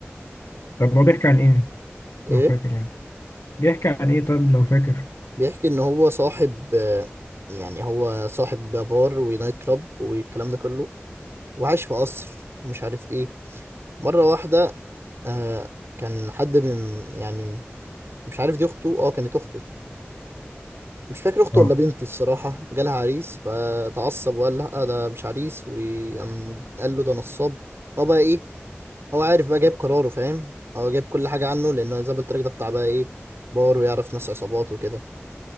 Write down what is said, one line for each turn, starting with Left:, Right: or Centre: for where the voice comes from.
Left: طب هو بيحكي عن ايه لو
Right: ايه
Left: فاكر يعني بيحكي عن ايه طب لو فاكر
Right: بيحكي ان هو صاحب آه، يعني هو صاحب بار ونايت كلاب والكلام ده كله وعايش في قصر ومش عارف ايه مرة واحدة آه كان حد من يعني مش عارف دي اخته اه كانت اخته مش فاكر اخته
Left: اه
Right: ولا بنته الصراحة جالها عريس فتعصب وقال لا ده مش عريس وقام قال له ده نصاب هو بقى ايه هو عارف بقى جايب قراره فاهم هو جايب كل حاجة عنه لأنه زي ما قلت لك ده بتاع بقى ايه بار ويعرف ناس عصابات وكده